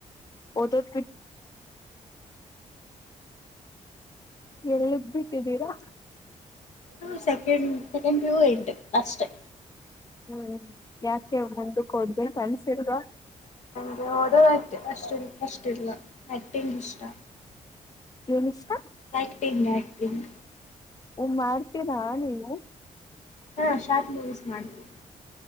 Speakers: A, on the left; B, on the left.
A: ಓದೋದ್ಬಿ ಎಲ್ಲಿಗ್ ಬಿಟ್ಟಿದ್ದೀರಾ
B: ಹ ಸೆಕೆಂಡ್ ಸೆಕೆಂಡ್ <inaudible> ಅಷ್ಟೇ
A: ಹ್ಮ್ ಯಾಕೆ ಬಂದು <unintelligible> ಕಲ್ಸಲ್ವಾ
B: ಓದೋದ ಅಷ್ಟ <unintelligible> ಅಕ್ಟಿಂಗ್ ಇಷ್ಟ
A: ಏನಿಷ್ಟ
B: ಆಕ್ಟಿಂಗ್ ಆಕ್ಟಿಂಗ್
A: ಓ ಮಾಡ್ತೀರಾ ನೀವು
B: ಹಾಂ ಶಾರ್ಟ್ ಮೂವೀಸ್ ಮಾಡ್ತೀನಿ